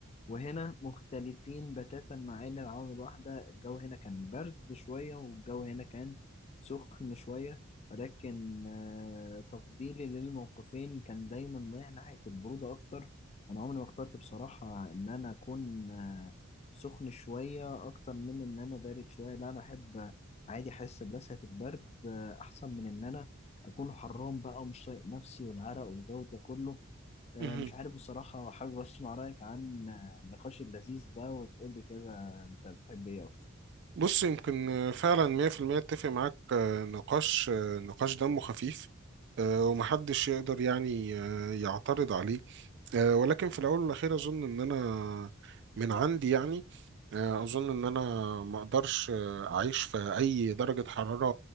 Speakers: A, on the left; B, on the right.
A: وهنا مختلفين بتاتا مع إن العوامل واحدة الجو هنا كان برد شوية والجو هنا كان سخن شوية ولكن آه، تفضيلي للموقفين كان دايما رايح ناحية البرودة أكتر أنا عمري ما اخترت بصراحة إن أنا أكون آه، سخن شوية أكتر من إن أنا بارد شوية لا أنا أحب عادي أحس بلسعة البرد آه، أحسن من إن أنا اكون حرام بقى ومش طايق نفسي والعرق والجو ده كله آه،
B: مهم.
A: مش عارف بصراحة حابب اسمع رأيك عن آه، النقاش اللذيذ ده وتقول لي كده انت بتحب ايه اكتر
B: بص يمكن آه، فعلا 100% اتفق معاك آه، نقاش آه، نقاش دمه خفيف آه، ومحدش يقدر يعني آه، يعترض عليه آه، ولكن في الأول والأخير أظن إن أنا من عندي يعني آه، أظن إن أنا ما أقدرش آه، أعيش في أي درجة حرارة